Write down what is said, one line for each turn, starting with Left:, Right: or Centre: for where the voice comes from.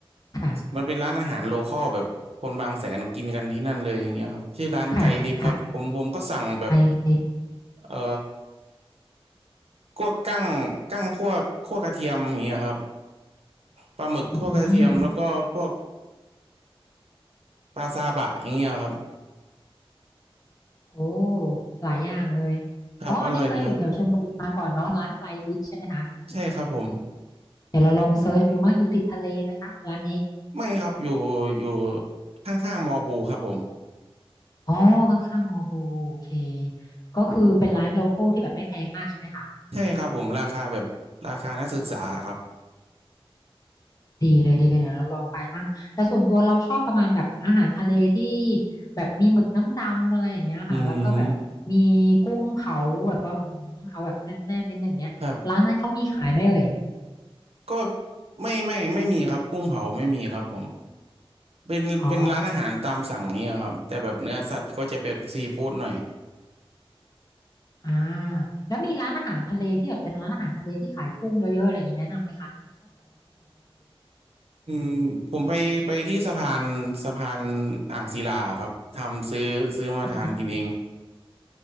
Left: ค่ะ
Right: มันเป็นร้านอาหารโลคอลแบบคนบางแสนกินกันที่นั่นเลยอย่างเงี้ยครับชื่อร้านไกลลิฟครับผมผมก็สั่งแบบ
Left: ค่ะค่ะไทยลิสต์
Right: เอ่อ คั่วกั้งกั้งคั่วคั่วกระเทียมอย่างเงี้ยครับปลาหมึกคั่วกระเทียมแล้วก็พวก
Left: อืม
Right: ปลาซาบะอย่างเงี้ยครับ
Left: โอ้หลายอย่างเลย
Right: ครับอร่อยดีครับ
Left: อ๋ออันนี้เคยอยู่แถวชลบุรีมาก่อนเนาะร้านไกลลิสต์ใช่ไหมคะ
Right: ใช่ครับผม
Left: เดี๋ยวเราลองเซิร์ชดูมั่งอยู่ติดทะเลไหมคะร้านนี้
Right: ไม่ครับอยู่อยู่ข้างๆมอบูครับผม
Left: อ๋อข้างๆมอบูโอเคก็คือเป็นร้านโลคอลที่แบบไม่แพงมากใช่ไหมคะ
Right: ใช่ครับผมราคาแบบราคานักศึกษาครับ
Left: ดีเลยดีเลยเดี๋ยวเราลองไปมั่งแต่ส่วนตัวเราชอบประมาณแบบอาหารทะเลที่แบบมีหมึกน้ำดำอะไรอย่างเงี้ยค่ะแล้วก็แบบมีกุ้งเผาแบบว่าอืมเอาแบบแน่นๆนิดหนึ่งเงี้ยร้านนั้นเขามีขายไหมเอ่ย
Right: อืมครับก็ไม่ไม่ไม่มีครับกุ้งเผาไม่มีครับผมเป็นเป็นร้านอาหารตามสั่งเนี่ยครับแต่แบบเนื้อสัตว์ก็จะเป็นซีฟู้ดหน่อย
Left: อ๋อ อ่าแล้วมีร้านอาหารทะเลที่แบบเป็นร้านอาหารทะเลที่ขายกุ้งเยอะๆอะไรอย่างนี้แนะนำไหมคะ
Right: อืมผมไปไปที่สะพานสะพานอ่างศิลาครับทำซื้อซื้อมาทานกินเอง
Left: สะพาน